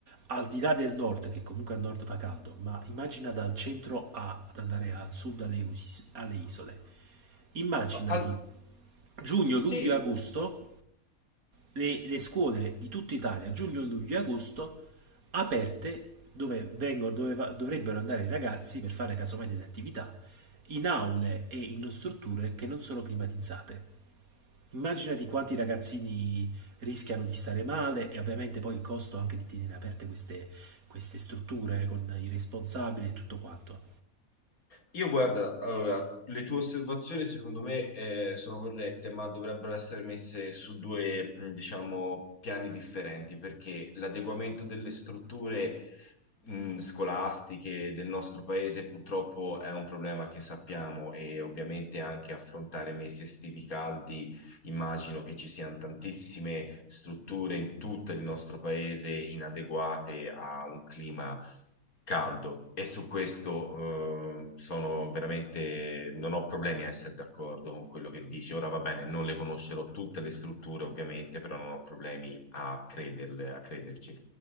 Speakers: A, on the right; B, on the left.
A: al di là del nord, che comunque al nord fa caldo, ma immagina dal centro a, ad andare al sud alle, us- alle isole. Immaginati
B: No, al-
A: giugno,
B: sì,
A: luglio e agosto, le, le scuole di tutta Italia, giugno, luglio e agosto, aperte dove, vengono, dove va- dovrebbero andare i ragazzi per fare casomai delle attività, in aule e in strutture che non sono climatizzate. Immaginati quanti ragazzini rischiano di stare male e ovviamente poi il costo anche di tenere aperte queste, queste strutture con i responsabili e tutto quanto.
B: io guarda, allora, le tue osservazioni secondo me eh, sono corrette, ma dovrebbero essere messe su due, mh, diciamo, piani differenti, perché l'adeguamento delle strutture mh, scolastiche del nostro paese purtroppo è un problema che sappiamo e ovviamente anche affrontare mesi estivi caldi, immagino che ci siano tantissime strutture in tutto il nostro paese inadeguate a un clima caldo e su questo eh, sono veramente, non ho problemi a essere d'accordo con quello che dici. Ora va bene, non le conoscerò tutte le strutture ovviamente, però non ho problemi a crederle, a crederci.